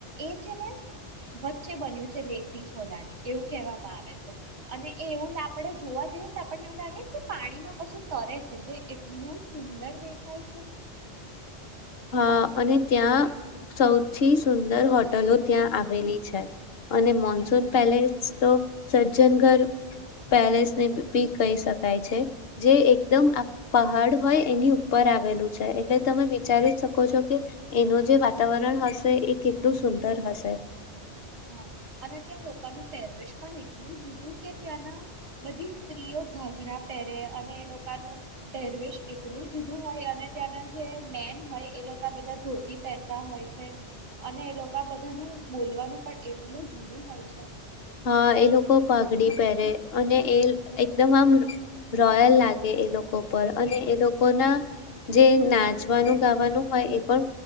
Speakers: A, on the right (about 75°); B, on the left (about 60°).
A: એ છે ને વચ્ચે બન્યું છે લેક પિછોલાની એવું કહેવામાં આવે છે. અને એ એવું લા આપણેે જોવા જઈએ તો આપણને એવું લાગે કે પાણીમાં કશું તરે છે જે એટલું સુંદર દેખાય છે.
B: હા અને ત્યાં સૌથી સુંદર હોટલો ત્યાં આવેલી છે, અને મોનસૂન પેલેસતો સજ્જનઘર પેલેસ ને બી કહી શકાય છે, જે એકદમ પહાડ હોય એની ઉપર આવેલું છે એટલે તમે વિચારી. શકો છો કે એનું જે વાતાવરણ હશે એ કેટલું સુંદર હશે.
A: હા અને ત્યાં લોકાનું પહેરવેશ પણ એટલું જુદું કે ત્યાંના બધી સ્ત્રીઓ ઘાઘરા પહેરે અ એ લોકાનું પહેરવેેશ. એટલું. જુદું હોય અને ત્યાંના જે મેન. હોય એ લોક. એ બધા ધોતી પહેરતા હોય છે. અને એ લોકો બધાનું બોલવાનું. પણ એટલું જુદું હોય છે.
B: હા એ લોકો પાઘડી પહેરે અને એ એકદમ આમ રોયલ લાગે એ લોકો પર અને એ લોકોના, જે નાચવાનું ગાવાનું હોય એ પણ